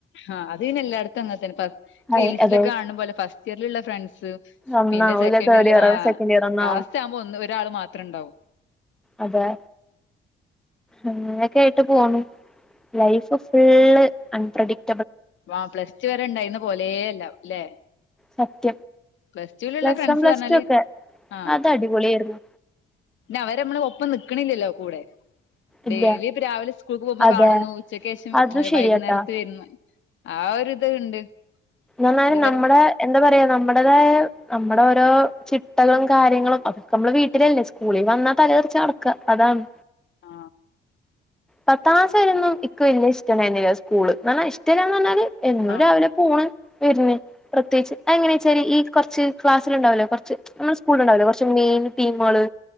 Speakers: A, on the left; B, in the centre.
A: ആ അത് പിന്നെ എല്ലായിടത്തും അങ്ങത്തന്നെ റീൽസിലൊക്കെ
B: അതെ അതെ
A: കാണും പോലെ ഫസ്റ്റ് ഇയറിലുള്ള ഫ്രണ്ട്സ്
B: ഒന്നാവൂല
A: പിന്നെ സെക്കന്റ്‌
B: തേർഡ് ഇയർ
A: ആ
B: സെക്കൻഡ് ഇയർ ഒന്നും
A: ലാസ്റ്റ് ആവുമ്പോ ഒന്ന് ഒരാള് മാത്രം ഇണ്ടാവൂ
B: അതെ അങ്ങനെയൊക്കെ ആയിട്ട് പോണു ലൈഫ് അൺപ്രഡിക്ട്
A: ആ പ്ലസ് ടു വരെ ഇണ്ടായിരുന്ന ഇന്ന് പോലെ അല്ല അല്ലെ
B: സത്യം
A: പ്ലസ്ടുവിലുള്ള
B: plus
A: friends
B: one plus
A: പറഞ്ഞാല്
B: two ഒക്കെ
A: ആ
B: അത് അടിപൊളിയായിരുന്നു
A: അവരമ്മള ഒപ്പം നിൽക്കണില്ലല്ലോ കൂടെ ഡെയിലി
B: ഇല്ല
A: ഇപ്പ രാവിലെ സ്കൂൾക്ക് പോകുമ്പോൾ
B: അതെ
A: കാണുന്നു ഉച്ചക്ക് ശേഷം
B: അത് ശരിയാട്ടാ
A: വൈകുന്നേരത്ത് വരുന്നു ആ ഒ ഒരു ഇതു ഉണ്ട്
B: എന്നാലും
A: ഇതുവരെ
B: നമ്മുടെ എന്താ പറയാ നമ്മടേതായ നമ്മുടെ ഓരോ ചിട്ടകളും കാര്യങ്ങളും അതൊക്കെ നമ്മള് വീട്ടിലല്ലേ സ്കൂളിൽ വന്ന തല നടക്ക അതാണ്
A: ആ
B: പത്താ ക്ലാസായിരുന്നന്നും ഇക്ക് വല്യ ഇഷ്ടണ്ടായിരുന്നില്ല സ്കൂള് എന്ന ഇഷ്ടമല്ലാന്ന് പറഞ്ഞാല് എന്നും
A: ആഹ്
B: രാവിലെ പോണ് വരുന്നു പ്രത്യേകിച്ച് അങ്ങനെച്ചാരി ഈ കൊറച്ച് ക്ലാസ് ഉണ്ടാകുമല്ലോ കൊറച്ച് നമ്മളെ സ്കൂൾ ഉണ്ടാവല്ലോ കൊറച്ച് മെയിൻ ടീമുകള്